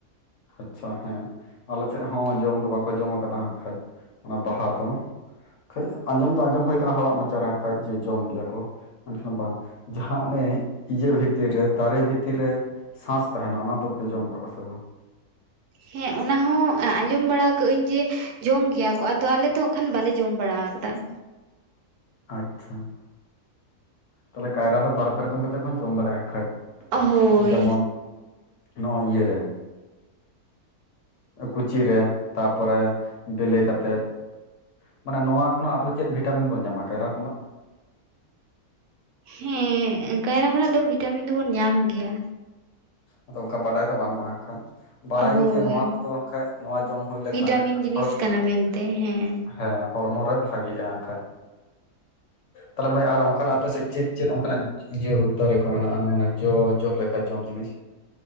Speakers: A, on the left; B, on the right.
A: ᱟᱪᱪᱷᱟ ᱦᱮᱸ ᱟᱞᱮ ᱥᱮᱫ ᱦᱚᱸ ᱡᱚᱢ ᱫᱚ ᱵᱟᱠᱚ ᱡᱚᱢ ᱠᱟᱫᱟ, ᱦᱟᱸᱜ ᱠᱷᱟᱱᱡ ᱚᱱᱟ ᱵᱟᱦᱟ ᱫᱚ ᱾ ᱠᱷᱟᱡ ᱡᱚᱢ ᱫᱚ ᱟᱸᱡᱚᱢ ᱦᱩᱭ ᱟᱠᱟᱱᱟ ᱦᱚᱲᱟᱜ ᱢᱚᱪᱟ ᱨᱮ ᱠᱷᱟᱱ ᱡᱮ ᱡᱚᱢ ᱜᱮᱭᱟ ᱠᱚ ᱾ ᱢᱮᱱᱠᱷᱟᱱ ᱵᱟᱝ ᱡᱟᱦᱟᱸ ᱚᱱᱮ ᱤᱭᱟᱹ ᱵᱷᱤᱛᱤᱨ ᱨᱮ ᱫᱟᱨᱮ ᱵᱷᱤᱛᱤᱨ ᱨᱮ ᱥᱟᱸᱥ ᱛᱟᱦᱮᱱᱟ, ᱚᱱᱟ ᱫᱚᱯᱮ ᱡᱚᱢ ᱠᱟᱜᱼᱟ ᱥᱮ ᱵᱟᱝ?
B: ᱦᱮᱸ ᱚᱱᱟ ᱦᱚᱸ ᱟᱸᱡᱚᱢ ᱵᱟᱲᱟ ᱠᱟᱜ ᱟᱹᱧ ᱡᱮ ᱡᱚᱢ ᱜᱮᱭᱟ ᱠᱚ, ᱟᱫᱚ ᱟᱞᱮ ᱫᱚ ᱦᱟᱸᱠᱷᱟᱡ ᱵᱟᱞᱮ ᱡᱚᱢ ᱵᱟᱲᱟ ᱟᱠᱟᱫᱟ ᱾
A: ᱟᱪᱪᱷᱟ ᱛᱟᱦᱞᱮ ᱠᱟᱭᱨᱟ ᱫᱚ ᱵᱟᱨᱯᱮ ᱨᱚᱠᱚᱢ ᱠᱟᱛᱮᱜ ᱵᱚᱱ ᱡᱚᱢ ᱫᱟᱲᱮᱭᱟᱜᱼᱟ ᱟᱸᱠᱷᱟᱡ ᱾
B: ᱦᱳᱭ
A: ᱡᱮᱢᱚᱱ ᱱᱚᱜᱼᱚ ᱤᱭᱟᱹ ᱨᱮ ᱠᱩᱪᱤᱨᱮ ᱛᱟᱯᱚᱨᱮ ᱵᱮᱞᱤ ᱠᱟᱛᱮᱛ ᱾ ᱢᱟᱱᱮ ᱱᱚᱣᱟ ᱠᱷᱚᱱᱟᱜ ᱟᱵᱚ ᱪᱮᱫ ᱵᱷᱤᱴᱟᱢᱤᱱ ᱵᱚᱱ ᱧᱟᱢᱟ ᱠᱟᱭᱨᱟ ᱠᱷᱚᱱᱟᱜ?
B: ᱦᱮᱸ ᱠᱟᱭᱨᱟ ᱠᱷᱚᱱᱟᱜ ᱫᱚ ᱵᱷᱤᱴᱟᱢᱤᱱ ᱫᱚᱵᱚᱱ ᱧᱟᱢ ᱜᱮᱭᱟ ᱾
A: ᱟᱫᱚ ᱚᱱᱠᱟ ᱵᱟᱰᱟᱭ ᱫᱚ ᱵᱟᱹᱱᱩᱜᱼᱟ ᱠᱷᱟᱡ ᱾ ᱵᱟᱲᱟᱭᱟᱹᱧ
B: ᱦᱳᱭ
A: ᱡᱮ ᱱᱚᱣᱟ ᱠᱚᱫᱚ ᱟᱸᱠᱷᱟᱡ ᱱᱚᱣᱟ ᱡᱚᱢ ᱦᱩᱭ ᱞᱮᱠᱷᱟᱱ
B: ᱵᱷᱤᱴᱟᱢᱤᱱ ᱡᱤᱱᱤᱥ
A: ᱦᱚᱲ
B: ᱠᱟᱱᱟ ᱢᱮᱱᱛᱮ ᱦᱮᱸ
A: ᱦᱮᱸ ᱦᱚᱲᱢᱚ ᱨᱮ ᱵᱷᱟᱜᱮᱼᱟ ᱟᱸᱠᱷᱟᱡ᱾ ᱛᱟᱦᱞᱮ ᱢᱟᱹᱭ ᱟᱨ ᱚᱱᱠᱟᱱᱟᱜ ᱟᱯᱮ ᱥᱮᱫ ᱪᱮᱫ ᱪᱮᱫ ᱚᱝᱠᱟᱱᱟᱜ ᱤᱭᱟᱹ ᱫᱟᱨᱮ ᱠᱚ ᱢᱮᱱᱟᱜᱼᱟ ᱢᱟᱱᱮ ᱡᱚ ᱡᱚᱜ ᱞᱮᱠᱟ ᱡᱚᱢ ᱡᱤᱱᱤᱥ?